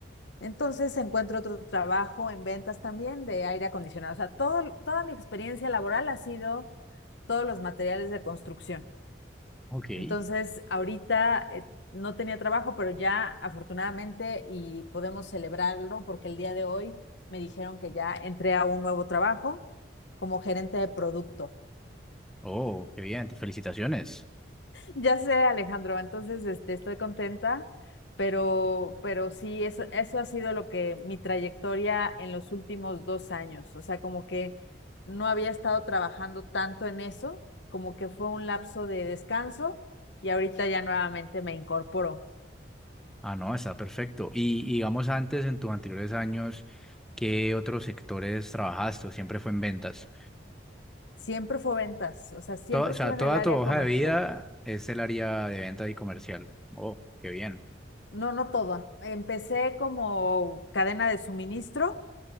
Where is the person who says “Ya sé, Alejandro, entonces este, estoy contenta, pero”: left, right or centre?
Left